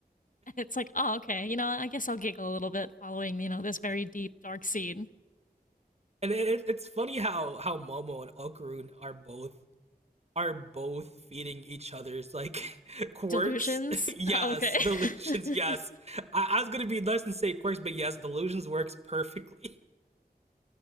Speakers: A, on the left; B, on the right.
A: And It's like, oh, okay, you know, I guess I'll giggle a little bit following, you know, this very deep, dark scene.
B: And it, it's funny how how Momo and Okurun are both are both feeding each other's like <laughs> quirks.
A: Delusions?
B: <laughs> yes,
A: Oh, Okay.
B: delusions.
A: <laughs>
B: Yes, I-, I was gonna be nice and say quirks, but yes, delusions works perfectly. <laughs>